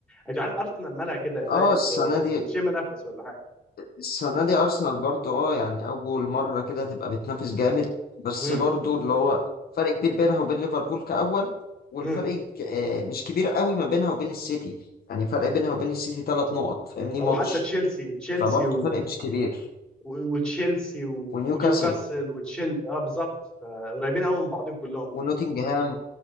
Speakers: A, in the centre; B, on the left (about 65°).
A: انت عارف ارسنال مالها كده بدات
B: اه السنة
A: آه،
B: دي
A: تشم نفس ولا حاجه
B: السنة دي أرسنال برضو اه يعني أول مرة كده تبقى بتنافس جامد بس
A: امم
B: برضو اللي هو فرق كبير بينها وبين ليفربول كأول والفرق
A: امم
B: ك- آه مش كبير قوي ما بينها وبين السيتي يعني فرق بينها وبين السيتي ثلاث نقط فاهمني
A: او
B: ماتش
A: حتى تشيلسي تشيلسي
B: فبرضو فرق مش كبير
A: و- وتشيلسي ونيوكاسل
B: ونيوكاسل
A: وتشيل اه بالظبط آه، قريبين قوي من بعضهم كلهم يعني
B: ونوتنجهام